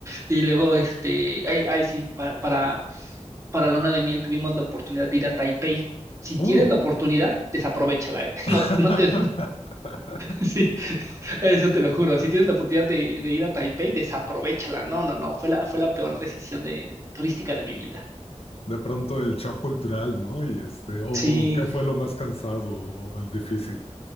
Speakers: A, on the right; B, on the left.
A: Y luego, este, ahí, ahí sí, para, para, para Luna de Miel tuvimos la oportunidad de ir a Taipei. Si tienes
B: Oh.
A: la oportunidad, desaprovéchala, ¿eh? <laughs>
B: <laughs>
A: No, no te, Sí, <laughs> eso te lo juro. Si tienes la oportunidad de, de ir a Taipei, desaprovéchala. No, no, no. Fue la, fue la peor decisión de, turística de mi vida.
B: De pronto el shock cultural, ¿no? Y este, o, o
A: Sí.
B: qué fue lo más cansado o el difícil.